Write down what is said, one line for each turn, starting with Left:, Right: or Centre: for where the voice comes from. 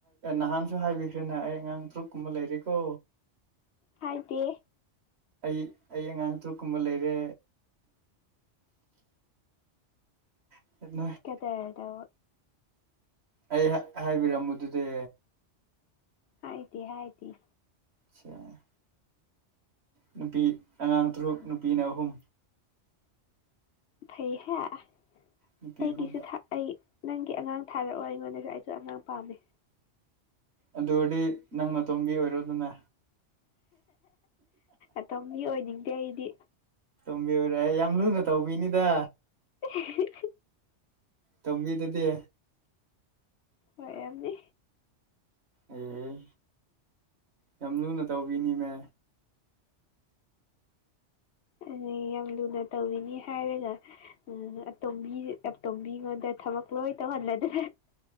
Right: ꯅꯍꯥꯟꯁꯨ ꯍꯥꯏꯕꯤꯈ꯭ꯔꯦꯅ ꯑꯩ ꯑꯉꯥꯡ ꯇ꯭ꯔꯨꯛꯀꯨꯝꯕ ꯂꯩꯔꯦꯀꯣ
Left: ꯍꯥꯏꯗꯤ
Right: ꯑꯩ ꯑꯩ ꯑꯉꯥꯡ ꯇ꯭ꯔꯨꯛꯀꯨꯝꯕ ꯂꯩꯔꯦ <unintelligible>
Left: ꯀꯗꯔꯗꯣ
Right: ꯑꯩ ꯍꯥꯏꯕꯤꯔꯝꯃꯗꯨꯗꯤ
Left: ꯍꯥꯏꯗꯦ ꯍꯥꯏꯗꯦ
Right: ꯆꯥ ꯅꯨꯄꯤ ꯑꯉꯥꯡ ꯇꯔꯨꯛ ꯅꯨꯄꯤꯅ ꯑꯍꯨꯝ
Left: ꯐꯩꯍꯦ ꯑ
Right: ꯅꯨꯄꯤ
Left: ꯑꯩꯒꯤꯁꯨ
Right: ꯑꯍꯨꯝ
Left: ꯊꯥ ꯑꯩ ꯅꯪꯒꯤ ꯑꯉꯥꯡ ꯊꯥꯔꯛꯑꯣ ꯑꯩꯉꯣꯟꯗꯁꯨ ꯑꯩꯁꯨ ꯑꯉꯥꯡ ꯄꯥꯝꯃꯤ
Right: ꯑꯗꯨ ꯑꯣꯏꯔꯗꯤ ꯅꯪꯅ ꯑꯇꯣꯝꯕꯤ ꯑꯣꯏꯔꯣꯗꯅꯦ
Left: ꯑꯇꯣꯝꯕꯤ ꯑꯣꯏꯅꯤꯡꯗꯦ ꯑꯩꯗꯤ
Right: ꯇꯣꯝꯕꯤ ꯑꯣꯏꯔ ꯌꯥꯝ ꯂꯨꯅ ꯇꯧꯕꯤꯅꯤꯗ
Left: <unintelligible>
Right: ꯇꯣꯝꯕꯤꯗꯗꯤ
Left: ꯑꯣꯏꯔꯝꯅꯤ
Right: ꯑꯦ ꯌꯥꯝ ꯂꯨꯅ ꯇꯧꯕꯤꯅꯤꯗ
Left: ꯑꯗꯤ ꯌꯥꯝ ꯂꯨꯅ ꯇꯧꯕꯤꯅꯤ ꯍꯥꯏꯔꯒ ꯎꯝ ꯑꯇꯣꯝꯕꯤ ꯑꯇꯣꯝꯕꯤꯉꯣꯟꯗ ꯊꯕꯛ ꯂꯣꯏ ꯇꯧꯍꯜꯂꯗꯤ